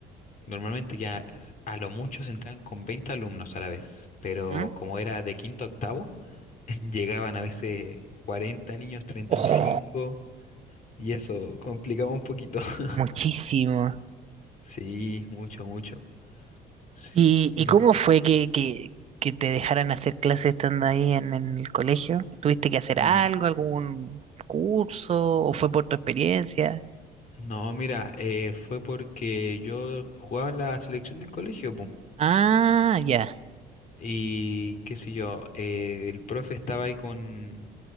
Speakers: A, on the left (about 50°); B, on the right (about 40°).
A: normalmente ya es- a lo mucho se entran con 20 alumnos a la vez, pero
B: Ujú.
A: como era de quinto a octavo, <laughs> llegaban a veces 40 niños, 35,
B: Ojo,
A: y cinco, y eso complicaba un poquito. <laughs>
B: muchísimo.
A: Sí, mucho, mucho. Sí.
B: ¿Y,
A: Des-
B: y cómo fue que, que, que te dejaran hacer clases estando ahí en, en el colegio? ¿Tuviste que hacer
A: mm,
B: algo, algún curso, o fue por tu experiencia?
A: No, mira, eh, fue porque yo jugaba en la selección del colegio, po.
B: Ah, ya.
A: Y qué sé yo, eh, el profe estaba ahí con,